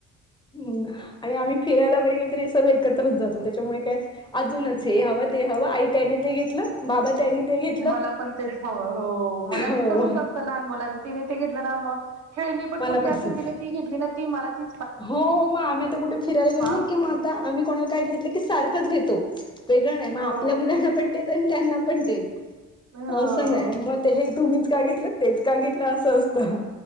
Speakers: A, on the left; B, on the right.
A: हम आणि आम्ही फिरायला वगैरे गेल तर हे सर्व एकत्रच जातो त्याच्यामुळे काय अजूनच हे हवं ते हवं आई त्यानी ते घेतलं बाबा त्यानी ते घेत
B: मला पण तेच हवं हो मुलांचं
A: हो
B: तस लहान मुलांच तिने ते घेतलं ना मग खेळणी पण
A: मला
B: कुठ असेल
A: तसंच
B: तिने ती घेतली ना ती मला ती
A: हो मग आम्ही आता कुठे फिरायला गेलो ना
B: असं.
A: कि मग आता आम्ही कोणाला काय घेतलं की सारखंच घेतो. वेगळं नाही मग
B: हो
A: आपल्या मुलांना पण तेेत आणि त्यांना पण तेेत
B: हो
A: असं नाही मग हेच तुम्हीच का घेतलं तेच का घेतलं असं असतं.